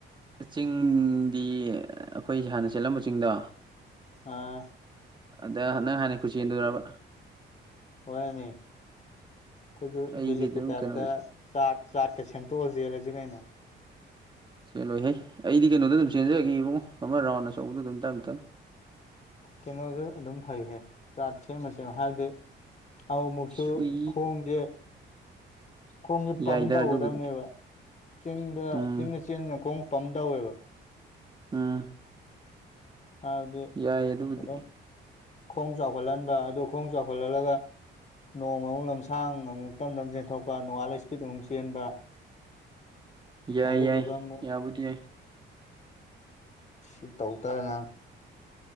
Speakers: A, on the right; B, on the left.
A: ꯆꯤꯡꯗꯤ ꯑꯩꯈꯣꯏ ꯍꯥꯟꯅ ꯆꯦꯜꯠꯂꯝꯕ ꯆꯤꯡꯗꯣ
B: ꯑꯩꯈꯣꯏꯁꯨ
A: ꯑꯗ ꯅꯪ ꯍꯥꯟꯅ ꯈꯨꯆꯗꯣꯏꯔꯕ
B: ꯋꯥꯏꯃꯦ ꯑꯩꯈꯣꯏꯁꯨ
A: ꯑꯩꯗꯤ
B: ꯗꯤꯦꯂꯦꯞꯄꯤ
A: ꯑꯗꯨꯝ
B: ꯇꯥꯏꯞꯇ
A: ꯀꯩꯅꯣꯗ
B: ꯆꯥꯛ ꯆꯥꯠꯀ ꯁꯦꯝꯗꯣꯛꯑ ꯆꯦꯜꯂꯁꯤ ꯀꯩꯅꯣ
A: ꯆꯦꯜꯂꯣꯏꯍꯦ ꯑꯩꯗꯤ ꯀꯩꯅꯣꯗꯣ ꯑꯗꯨꯝ ꯆꯦꯟꯖꯔꯒꯦ ꯏꯕꯨꯡ ꯑꯃ ꯔꯥꯎꯟ ꯑꯆꯧꯕꯗꯣ ꯑꯗꯨꯝ ꯇꯝꯝ
B: ꯀꯩꯅꯣꯁꯨ ꯑꯗꯨꯝ ꯐꯩꯍ ꯆꯥꯠ ꯁꯦꯝꯃ ꯁꯦꯝꯃ ꯍꯥꯏꯔꯗꯤ ꯑ ꯑꯃꯨꯛꯁꯨ
A: ꯁꯨꯏ
B: ꯈꯣꯡꯁꯦ ꯈꯣꯡꯁꯦ ꯄꯝ
A: ꯌꯥꯏꯗ
B: ꯇꯧꯒꯗꯕꯅꯦꯕ
A: ꯑꯗꯨꯕꯨꯗꯤ
B: ꯆꯤꯡꯗ
A: ꯎꯝ
B: ꯆꯤꯡ ꯆꯦꯟꯕꯗ ꯈꯣꯡ ꯄꯟꯗꯧꯋꯦꯕ
A: ꯎꯝ
B: ꯍꯥꯏꯕꯗꯤ
A: ꯌꯥꯏ ꯑꯗꯨꯕꯨꯗꯤ
B: ꯑꯗꯨꯝ ꯈꯣꯡ ꯆꯥꯎꯈꯠꯍꯟꯕ ꯑꯗꯨ ꯈꯣꯡ ꯆꯥꯎꯈꯠꯍꯜꯂꯒ ꯅꯣꯡꯃꯨꯛ ꯂꯝꯁꯥꯡ ꯑꯃꯨꯛ ꯇꯞ ꯇꯞꯅ ꯆꯦꯟꯊꯣꯛꯄ ꯅꯣꯡꯉꯥꯜꯂ ꯏꯁꯄꯤꯠ ꯑꯃꯨꯛ ꯆꯦꯟꯕ <inaudible>
A: ꯌꯥꯏ
B: ꯑꯗꯨꯗꯨꯒ
A: ꯌꯥꯏ
B: ꯑꯃꯨꯛ
A: ꯌꯥꯕꯨꯗꯤ ꯌꯥꯏ
B: ꯁꯤ ꯇꯧ ꯇꯥꯔꯦ ꯅꯥꯕ